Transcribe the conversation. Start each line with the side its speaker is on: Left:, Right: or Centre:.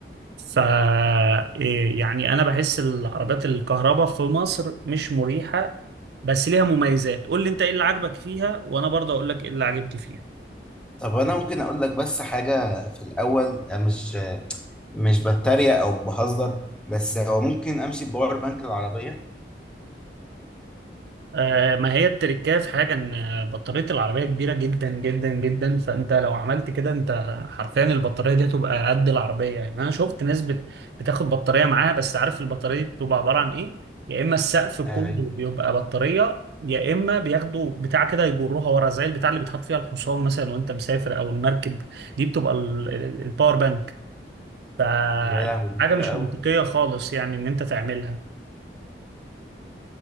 Right: ف إيه يعني انا بحس العربيات الكهرباء في مصر مش مريحة بس ليها مميزات قول لي انت ايه اللي عاجبك فيها وانا برضه اقول لك ايه اللي عجبتي فيها
Centre: طب انا ممكن اقول لك بس حاجه في الاول مش مش بتريق او بهزر بس هو ممكن امشي بباور بانك العربيه
Right: آه، ما هي التركية في حاجة ان بطارية العربية كبيرة جدا جدا جدا فانت لو عملت كده انت حرفيا البطارية دي تبقى قد العربية يعني انا شفت ناس بت- بتاخد بطارية معاها بس عارف البطارية دي بتبقى عبارة عن ايه يا اما السقف كله
Centre: آه،
Right: بيبقى بطارية يا اما بياخدوا بتاع كده يجروها ورا زي البتاع اللي بيتحط فيها الحصان مثلا وانت مسافر او المركب دي بتبقى ال- ال- الباور بانك ف
Centre: يا لهوي دي كبيره
Right: حاجة مش
Centre: قوي
Right: منطقية خالص يعني ان انت تعملها